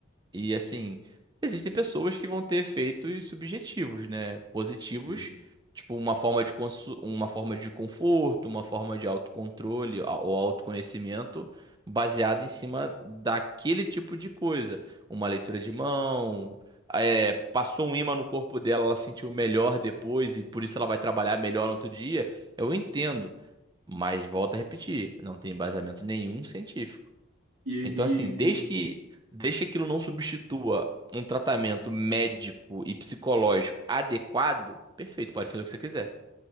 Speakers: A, on the right; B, on the right.
A: E assim, existem pessoas que vão ter efeitos subjetivos, né? Positivos,
B: isso.
A: tipo uma forma de consu- uma forma de conforto, uma forma de autocontrole a- ou autoconhecimento baseado em cima daquele tipo de coisa. Uma leitura de mão, é, passou um ímã no corpo dela, ela sentiu melhor depois e por isso ela vai trabalhar melhor no outro dia. Eu entendo, mas volto a repetir, não tem embasamento nenhum científico.
B: E,
A: Então, assim,
B: e
A: desde que, desde que aquilo não substitua um tratamento médico e psicológico adequado, perfeito, pode fazer o que você quiser.